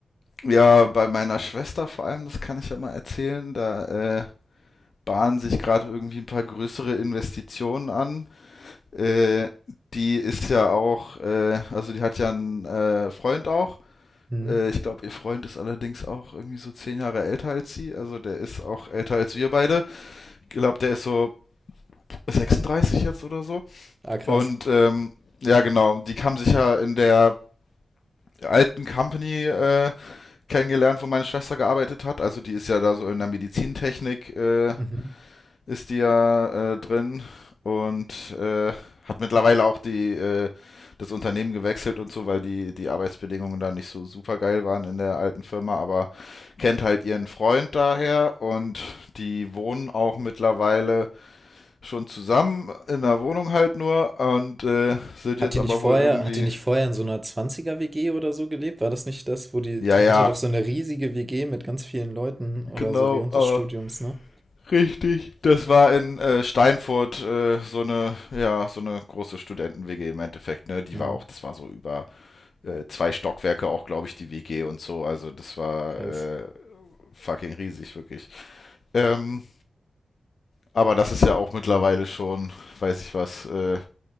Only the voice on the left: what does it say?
ja, bei meiner Schwester vor allem, das kann ich ja mal erzählen, da äh, bahnen sich gerade irgendwie ein paar größere Investitionen an. Äh, die ist ja auch, äh, also die hat ja einen äh, Freund auch.
Äh, ich glaube, ihr Freund ist allerdings auch irgendwie so zehn Jahre älter als sie. Also der ist auch älter als wir beide. Ich glaube, der ist so 36 jetzt oder so.
Und ähm, ja, genau, die haben sich ja in der alten Company äh, kennengelernt, wo meine Schwester gearbeitet hat. Also die ist ja da so in der Medizintechnik, äh,
ist die ja äh, drin und äh, hat mittlerweile auch die, äh, das Unternehmen gewechselt und so, weil die, die Arbeitsbedingungen da nicht so super geil waren in der alten Firma, aber kennt halt ihren Freund daher und die wohnen auch mittlerweile schon zusammen in der Wohnung halt nur und äh, sind
jetzt
aber
wohl irgendwie,
ja,
ja,
genau,
aber
richtig. Das war in äh, Steinfurt äh, so eine, ja, so eine große Studenten-WG im Endeffekt, ne? Die
war auch, das war so über äh, zwei Stockwerke auch, glaube ich, die WG und so. Also das war
äh, fucking riesig, wirklich. Ähm, aber das ist ja auch mittlerweile schon, weiß ich was, äh,